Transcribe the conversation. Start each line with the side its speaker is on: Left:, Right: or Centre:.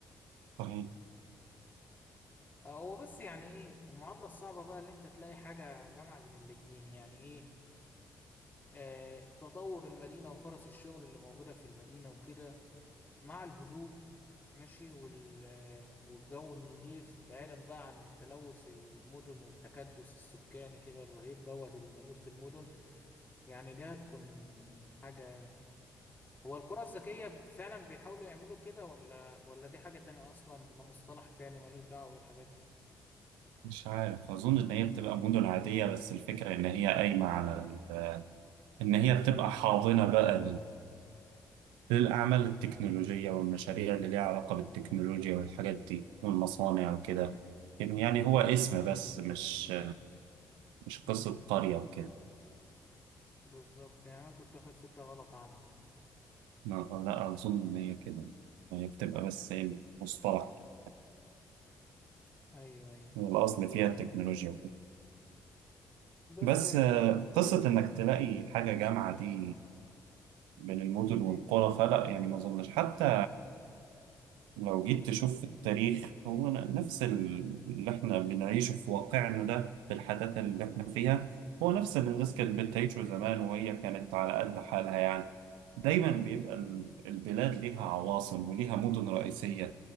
Right: طيب
Left: آه، هو بس يعني إيه المعادلة الصعبة بقى اللي أنت تلاقي حاجة جامعة بين الاتنين يعني إيه آه تطور المدينة وفرص الشغل اللي موجودة في المدينة وكده مع الهدوء ماشي وال والجو النظيف بعيدا بقى عن تلوث المدن والتكدس السكاني كده الرهيب دوت اللي موجود في المدن يعني دي هتكون حاجة هو الكرة الذكية فعلا بيحاولوا يعملوا كده ولا ولا دي حاجة تانية أصلا ده مصطلح تاني ملوش دعوة بالحاجات دي
Right: مش عارف أظن إن هي بتبقى مدن عادية بس الفكرة إن هي قايمة على ال- إن هي بتبقى حاضنة بقى للأعمال التكنولوجية والمشاريع اللي ليها علاقة بالتكنولوجيا والحاجات دي والمصانع وكده لكن يعني هو اسم بس مش مش
Left: مم.
Right: قصة قرية وكده
Left: بالظبط يعني أنا كنت واخد فكرة غلط عنها
Right: لا لا، أظن إن هي كده هي بتبقى بس إيه مصطلح كده.
Left: أيوه أيوه
Right: والأصل فيها التكنولوجيا وكده
Left: بس
Right: بس آه، قصة إنك تلاقي حاجة جامعة دي بين المدن
Left: مم.
Right: والقرى فلا يعني ما أظنش حتى لو جيت تشوف في التاريخ هو ن- نفس ال- اللي احنا بنعيشه في واقعنا ده بالحداثة اللي احنا فيها هو نفس اللي الناس كانت بتعيشه زمان وهي كانت على قد حالها يعني دايما بيبقى ال- البلاد ليها عواصم وليها مدن رئيسية